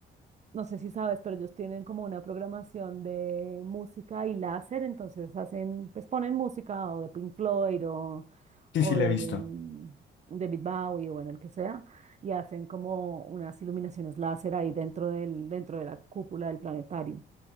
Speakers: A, on the right; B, on the left.
A: no sé si sabes, pero ellos tienen como una programación de música y láser, entonces hacen, pues ponen música o de Pink Floyd o,
B: Sí,
A: o
B: sí, la
A: de
B: he visto.
A: mm, David Bowie o bueno, el que sea, y hacen como unas iluminaciones láser ahí dentro del, dentro de la cúpula del planetario